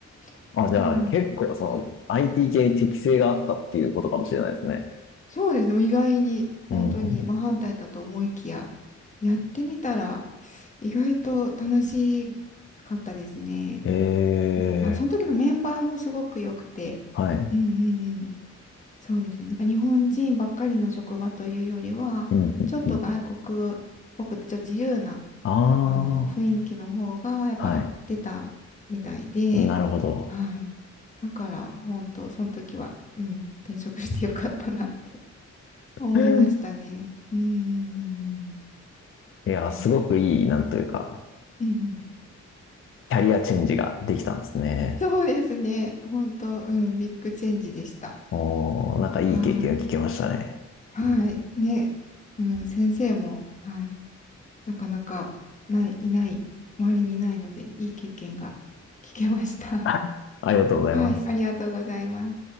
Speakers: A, on the left; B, on the left.
A: <laughs>
B: あ、じゃあ結構その
A: はい。
B: IT 系に適性があったっていうことかもしれないですね。
A: そうですね。もう意外に、本当に、
B: うんうん。
A: まあ、反対だと思いきや、やってみたら、意外と楽しかったですね。
B: へえ、
A: うんまあ、その時のメンバーもすごく良くて、
B: はい。
A: うんうんうん。そうですね。なんか日本人ばっかりの職場というよりは、
B: うんうんうん。
A: ちょっと外国っぽくて、ちょっと自由な、
B: あ
A: あの、雰囲気の方が、やっぱ合ってたみたいで、
B: あ、はい。なるほど。
A: はい。だから、本当その時は、うん、転職してよかったなって。思いましたね。
B: <laughs>
A: うんうんうんうん。
B: いや、
A: はい。
B: すごくいい、なんというか、
A: うんうん。
B: キャリアチェンジができたんですね。
A: そうですね。本当、うん、ビッグチェンジでした。
B: おー、なんかいい経験を聞けましたね。
A: はい。はい。ね。うん、先生も、はい。なかなか、ない、いない、周りにいないので、いい経験が聞けました。
B: <laughs>
A: <laughs>
B: ありがとうございます。
A: はい。ありがとうございます。